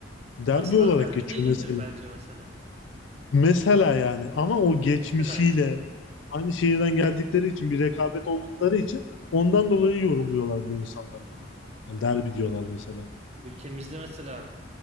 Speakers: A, on the left; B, on the right.
A: Derbi
B: Asla
A: olarak
B: derbi
A: geçiyor
B: değildir
A: mesela.
B: bence mesela.
A: Mesela yani ama o geçmişiyle
B: Mesela yani.
A: aynı şehirden geldikleri için bir rekabet oldukları için ondan dolayı yorumluyorlar bu insanlar buna. Yani derbi diyorlar mesela.
B: Ülkemizde mesela